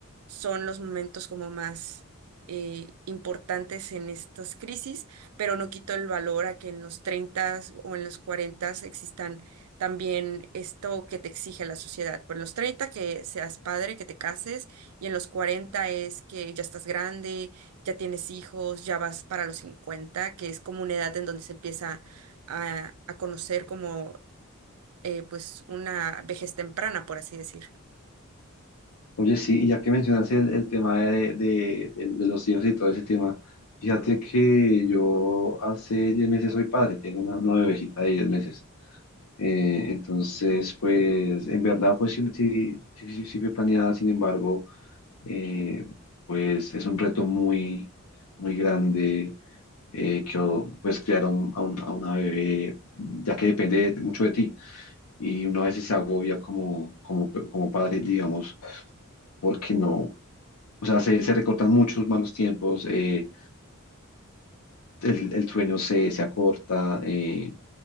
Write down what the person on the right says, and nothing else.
son los momentos como más eh, importantes en estas crisis, pero no quito el valor a que en los 30 o en los 40 existan también esto que te exige la sociedad. Por los 30 que seas padre, que te cases, y en los 40 es que ya estás grande, ya tienes hijos, ya vas para los 50, que es como una edad en donde se empieza a, a conocer como eh, pues una vejez temprana, por así decir.